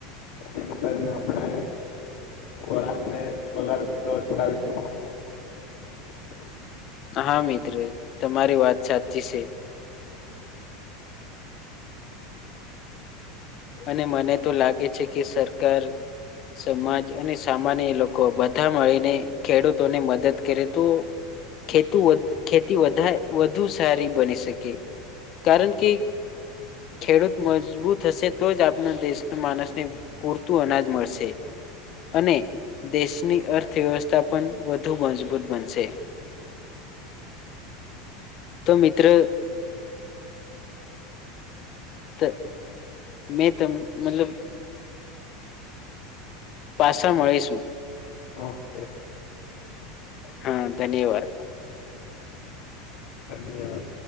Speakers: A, on the left (about 65°); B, on the left (about 45°).
A: એમ કરીને આપણે ખોરાક ને બગાડ થ તો અટકાવી શકીએ. <inaudible>
B: હા મિત્ર તમારી વાત સાચી છે. અને મને તો લાગે છે કે સરકાર સમાજ અને સામાન્ય લોકો બધા મળીને ખેડૂતોને મદદ કરે તો ખેતુ ખેતી વધુ સારી બની શકે કારણ કે ખેડૂત મજબૂત હશે તો જ આપનો દેશના માણસને પૂરતું અનાજ મળશે. અને દેશની અર્થવ્યવસ્થા પણ વધુ મજબૂત બનશે
A: <inaudible>
B: તો મિત્ર તો મે તો મતલબ પાછા મળીશું.
A: ઓકે
B: હા ધન્યવાદ
A: ધન્યવાદ